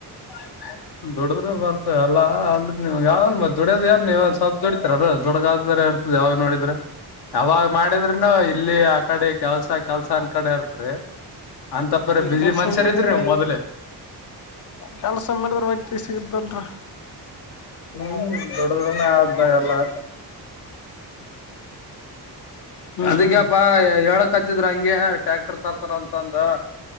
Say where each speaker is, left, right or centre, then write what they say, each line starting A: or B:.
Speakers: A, on the left; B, on the left.
A: <unintelligible> ದುಡದ್ರೆ ಬರ್ತದ ಎಲ್ಲಾ ಅಂದ್ರ ನೀಮ್ ಯಾವಲ್ ಮ ದುಡ್ಡಿಯೋದ ಯಾರ್ ನೀವ ಒ ಸ್ವಲ್ಪ ದುಡಿತರ ದುಡಗಾದ್ರ ಡ್ತದ ಯಾವ್ ನೋಡಿದ್ರೆ ಯಾವಾಗ ಮಾಡಿದ್ರನು ಇಲ್ಲಿ ಆ ಕಡೆ ಕೆಲ್ಸಾ ಕೆಲ್ಸ ಅಂದ ಕಡೆ ಇರ್ತ್ರಿ ಅಂತಪ್ಪರಿ
B: ಈ
A: ಬಿಸಿ
B: ಕೆಲ್ಸ
A: ಮನುಷ್ಯರ
B: ಮಾಡಿದ್ರ
A: ಇದ್ರರು ನೀವು ಮೊದ್ಲೆೇ
B: ಕೆಲ್ಸ ಮಾಡಿದ್ರ ವೈತಿಗೆ ಸಿಗುದಲ್ರೀ
A: ಹ್ಮ್ ದೊಡ ಆದ ಎಲ್ಲಾ
B: ಹ್ಮ್
A: ಅದಕ್ಕೆಪ್ಪಾ
B: ಹ್ಮ್
A: ಹೇಳೊದ ಹ ಕತ್ತಿದ್ರ ಹಂಗೆ ಟ್ಯಾಕ್ಟರ್ ತರ್ತಾರ ಅಂತ ಅಂದ